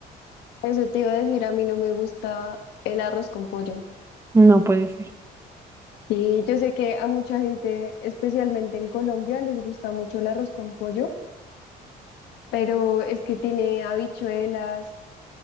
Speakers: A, on the left; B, on the right.
A: Eso te iba a decir, a mí no me gusta el arroz con pollo.
B: No puede ser.
A: Sí, yo sé que a mucha gente, especialmente en Colombia, les gusta mucho el arroz con pollo, pero es que tiene habichuelas,